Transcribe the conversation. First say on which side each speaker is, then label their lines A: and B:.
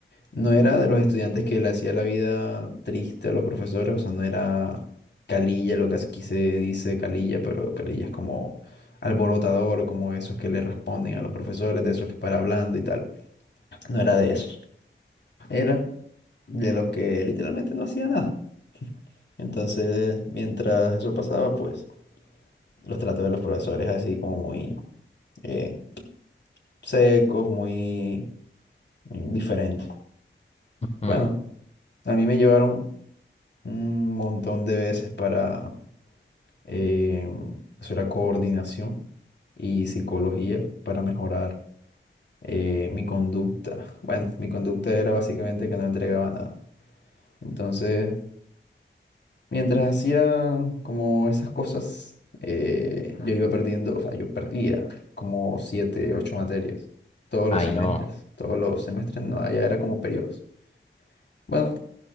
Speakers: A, on the left; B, on the left.
A: No era de los estudiantes que le hacía la vida triste a los profesores, o sea, no era calilla, lo que aquí se dice calilla, pero calilla es como alborotador, como esos que le responden a los profesores, de esos que para hablando y tal. No era de esos. Era de los que literalmente no hacía nada. Entonces, mientras eso pasaba, pues los tratos de los profesores así como muy eh, secos, muy eh, diferentes. Bueno,
B: Ujú.
A: a mí me llevaron un montón de veces para eh, eso era coordinación y psicología para mejorar eh, mi conducta. <laughs> Bueno, mi conducta era básicamente que no entregaba nada. Entonces, mientras hacía como esas cosas, eh, yo iba perdiendo, o sea, yo perdía como siete, ocho materias todos
B: Ay,
A: los semestres,
B: no.
A: todos los semestres, no, allá era como periodos. Bueno,